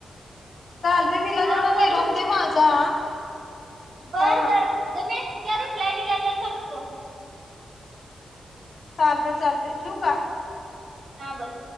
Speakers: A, on the left; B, on the right.
A: चालते तिला
B: हा
A: तेवढा
B: कर
A: निरोप दे माझा
B: बरं-
A: हा
B: बरं जर जमेत मीला रिप्लाय दिला तर करतो.
A: चालतंय -चालतंय ठेवु का?
B: हा बर.